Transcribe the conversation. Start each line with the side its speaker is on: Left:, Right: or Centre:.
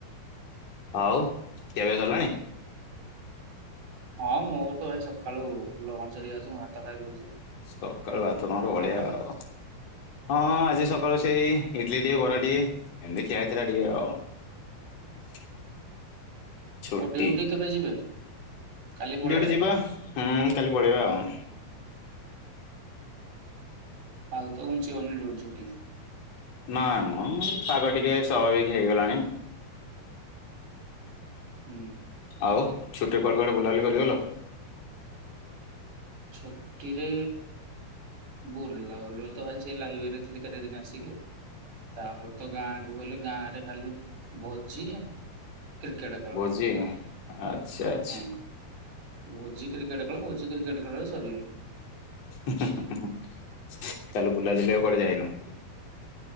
Left: ଆଉ କେବେ ସରିଲାଣି?
Right: ହଁ ମୋର ତ ଭାଇ ସକାଳୁ ଫୁଲ ଘଞ୍ଚ ହେଇଯାଉଚି ମୁଁ ଭାତ ଖାଇଦଉଚି ହୁଁ
Left: ସକାଳୁ ଭାତ ତମର
Right: ଆପଣଙ୍କର?
Left: ବଢିଆ ଆଉ ହଁ ଆଜି ସକାଳୁ ସେଇ ଇଡଲି ଟିକେ ବରାଟିକେ ଏମିତି ଖିଆହେଇଥିଲା ଟିକେ ଆଉ। <inaudible> ଛୁଟି
Right: ଆଉ ଡିଉଟି କେବେ ଯିବେ? କାଲି ପଳେଇବେ
Left: ଡିଉଟିି ଯିବା ହୁଁ କାଲି ପଳେଇବା ଆଉ।
Right: ଆଉ ତ ଘୁଂଚି ବନି ଡିଉଟି ଛୁଟି।
Left: ନା ମ ପାଗ ଟିକେ ସ୍ୱାଭାବିକ ହେଇଗଲାଣି।
Right: ହୁଁ।
Left: ଆଉ ଛୁଟି ପଡ଼ିଲ କୁଆଡେ ବୁଲାବୁଲି କରିବା ପାଇଁ ଗଲ?
Right: ଛୁଟିରେ ବୁଲା ବୁଲି ତ ଭାଇ ସେ ଲାଇବ୍ରେରୀ ଥିଲି କେଦିନ ଆସ କିି ଆଉ। ତାପରେ ତ ଗାଁ କୁ ଗଲେ ଗାଁ ରେ ଖାଲି ଭୋଜି କ୍ରିକେଟ ଖେଳ।
Left: <unintelligible> ଆଚ୍ଛା। ଆଚ୍ଛା।
Right: ହଁ ଓଜ୍ଜିି କ୍ରିକେଟ ଖେଳ ଓଜ୍ଜିି ଖେଳ ରେ ସରିଗଲା।
Left: <unintelligible> ତାହେଲ ବୁଲା କରିବାକୁ କୁଆଡେ ଯାଇନୁ।